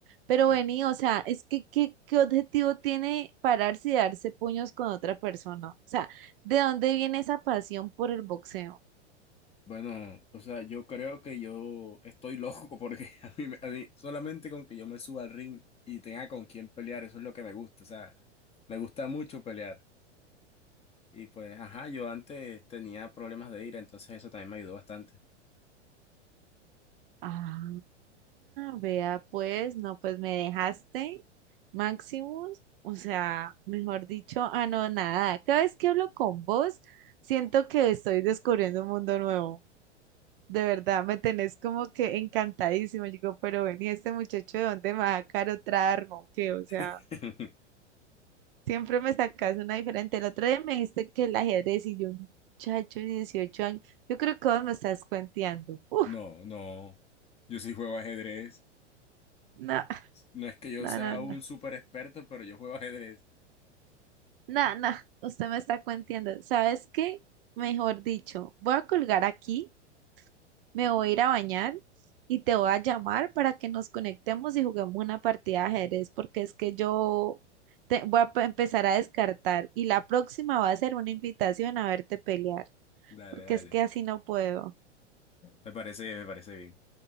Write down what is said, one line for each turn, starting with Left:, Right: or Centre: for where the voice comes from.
Right: Pero
Left: Ah,
Right: vení, o sea, es que ¿qué, qué objetivo tiene pararse y darse puños con otra persona? O sea, ¿de dónde viene esa pasión por el boxeo?
Left: bueno, o sea, yo creo que yo estoy loco porque <laughs> a mí, me- a mí solamente con que yo me suba al ring y tenga con quién pelear, eso es lo que me gusta. O sea, me gusta mucho pelear. Y pues, ajá, yo antes tenía problemas de ira, entonces eso también me ayudó bastante.
Right: Ah, vea pues, no, pues me dejaste, Maximus, o sea, mejor dicho, ah, no, nada, cada vez que hablo con vos, siento que estoy descubriendo un mundo nuevo. De verdad, me tenés como que encantadísimo. Yo digo, pero ven, ¿y este muchacho de dónde me va a sacar otra arma o qué? O sea,
Left: <laughs>
Right: siempre me sacas una diferente. El otro día me dijiste que el ajedrez y yo, muchacho, de 18 años, yo creo que vos me estás cuenteando. Uf,
Left: No, no. Yo sí juego ajedrez.
Right: no,
Left: No es que yo
Right: no,
Left: sea
Right: no, no,
Left: un súper experto, pero yo juego ajedrez.
Right: no, no, usted me está cuenteando. ¿Sabes qué? Mejor dicho, voy a colgar aquí me voy a ir a bañar y te voy a llamar para que nos conectemos y juguemos una partida de ajedrez, porque es que yo te- voy a pe- empezar a descartar y la próxima va a ser una invitación a verte pelear,
Left: Dale,
Right: porque
Left: dale.
Right: es que así no puedo.
Left: Me parece bien, me parece bien.